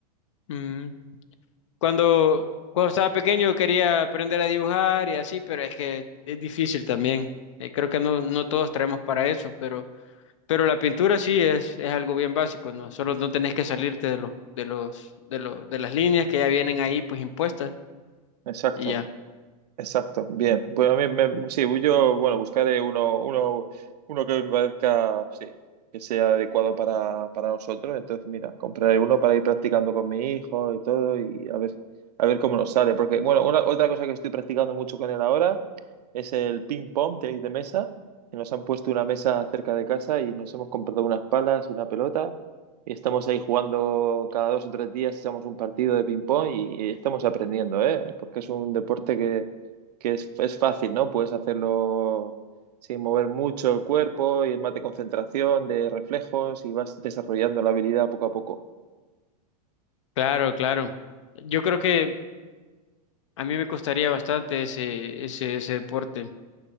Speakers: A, on the left; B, on the right.
A: mm, cuando, cuando estaba pequeño quería aprender a dibujar y así, pero es que es difícil también. Eh, creo que no, no todos traemos para eso, pero, pero la pintura sí es, es algo bien básico, ¿no? Solo no tenés que salirte de los, de los, de los, de las líneas que ya vienen ahí pues impuestas
B: exacto.
A: y ya.
B: Exacto, bien. Pues a mí me, sí, yo, bueno, buscaré uno, uno, uno que me parezca, sí, que sea adecuado para, para nosotros. Entonces, mira, compraré uno para ir practicando con mi hijo y todo y a ver, a ver cómo nos sale. Porque, bueno, una, otra cosa que estoy practicando mucho con él ahora es el ping pong, tenis de mesa, que nos han puesto una mesa cerca de casa y nos hemos comprado unas palas, una pelota. Y estamos ahí jugando cada dos o tres días, echamos un partido de ping pong y, y estamos aprendiendo, ¿eh? Porque es un deporte que, que es, es fácil, ¿no? Puedes hacerlo sin mover mucho el cuerpo y es más de concentración, de reflejos y vas desarrollando la habilidad poco a poco.
A: Claro, claro. Yo creo que A mí me costaría bastante ese, ese, ese deporte,